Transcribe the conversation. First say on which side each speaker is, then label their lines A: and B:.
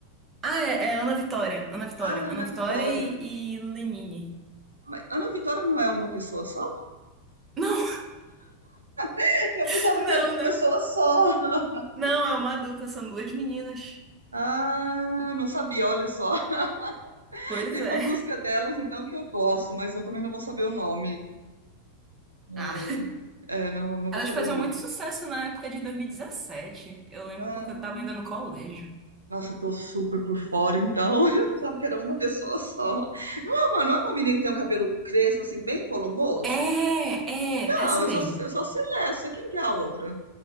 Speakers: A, on the right (about 25°); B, on the right (about 75°).
A: Ah, é, é Ana Vitória. Ana Vitória.
B: ah, Ana
A: Ana Vitória
B: Vitória.
A: e, e Lenine.
B: Mas Ana Vitória não é uma pessoa só?
A: Não,
B: <laughs> Eu
A: <laughs>
B: pensava
A: não,
B: que era uma
A: não.
B: pessoa só. <laughs>
A: Não, é uma dupla, são duas meninas.
B: Ah, não sabia, olha só. <laughs>
A: Pois
B: Tem
A: é.
B: uma música delas, então, que eu gosto, mas eu também não vou saber o nome. É,
A: Ah,
B: é, não, não vou
A: elas
B: saber
A: faziam
B: o nome.
A: muito sucesso na época de 2017. Eu lembro
B: Ah,
A: porque eu tava ainda no colégio.
B: Nossa, eu tô super por fora, então. <laughs> Eu pensava que era uma pessoa só. Não é uma, não é uma menina que tem um cabelo crespo, assim, bem volumoso?
A: É, é,
B: Não,
A: essa
B: eu
A: mesmo.
B: só, eu só sei essa. Quem que é a outra?